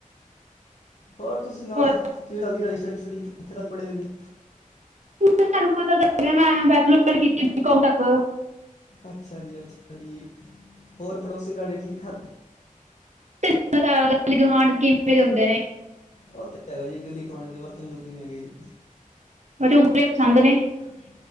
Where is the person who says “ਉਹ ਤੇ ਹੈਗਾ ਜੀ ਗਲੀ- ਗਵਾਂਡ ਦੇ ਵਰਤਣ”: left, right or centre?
Left